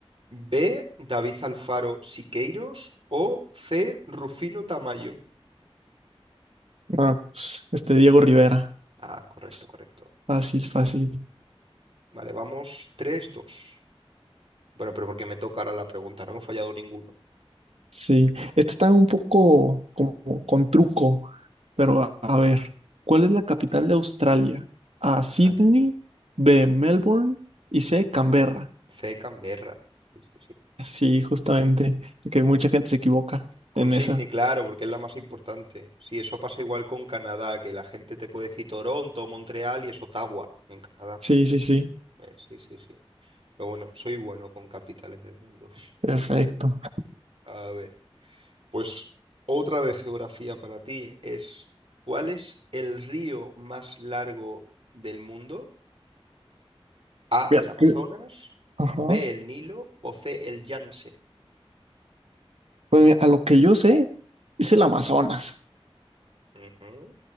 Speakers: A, on the right (about 60°); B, on the right (about 85°).
A: B. David Alfaro Siqueiros o C. Rufino Tamayo.
B: Ah, pues, este Diego Rivera.
A: Ah, correcto,
B: Pues,
A: correcto.
B: Fácil, fácil.
A: Vale, vamos tres, dos. Bueno, pero porque me toca ahora la pregunta, no hemos fallado ninguno.
B: Sí, este está un poco como con truco, pero a, a ver, ¿cuál es la capital de Australia? A. Sydney,
A: Ah,
B: B. Melbourne y C. Canberra.
A: C. Canberra. Sí, sí, sí.
B: Sí, justamente, que mucha gente se equivoca
A: Con
B: en
A: Sydney,
B: esa.
A: claro, porque es la más importante. Sí, eso pasa igual con Canadá, que la gente te puede decir Toronto, Montreal y es Ottawa en Canadá.
B: Sí, sí, sí,
A: Eh, sí, sí, sí. Pero bueno, soy bueno con capitales del mundo.
B: perfecto.
A: <laughs> A ver. Pues otra de geografía para ti es, ¿cuál es el río más largo del mundo? A,
B: Mira,
A: el Amazonas,
B: que- ajá.
A: B, el Nilo o C, el Yangtze.
B: Pues mira, a lo que yo sé, es el Amazonas,
A: Ujú,